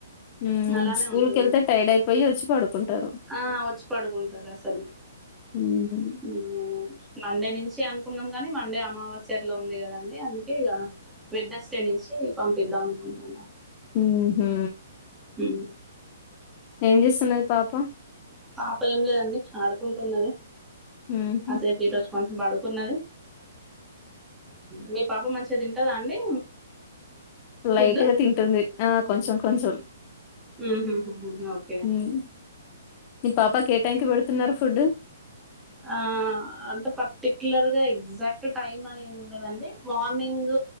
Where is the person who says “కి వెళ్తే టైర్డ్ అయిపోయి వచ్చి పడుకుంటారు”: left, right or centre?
Left